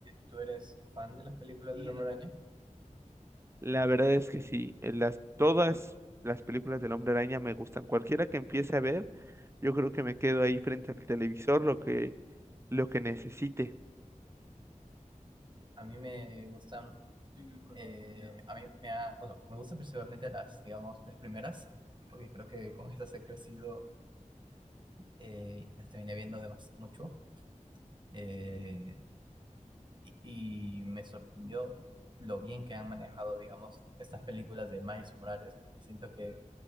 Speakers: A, on the right; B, on the right.
A: tú eres fan de las películas del Hombre Araña.
B: La verdad es que sí, eh, las, todas las películas del Hombre Araña me gustan. Cualquiera que empiece a ver, yo creo que me quedo ahí frente al televisor lo que, lo que necesite.
A: A mí me gustan, eh, a mí me, ha, o sea, me gustan principalmente las, digamos, las primeras, porque creo que con estas he crecido eh, las terminé viendo además mucho eh, y, y me sorprendió lo bien que han manejado, digamos, estas películas de Miles Morales, porque siento que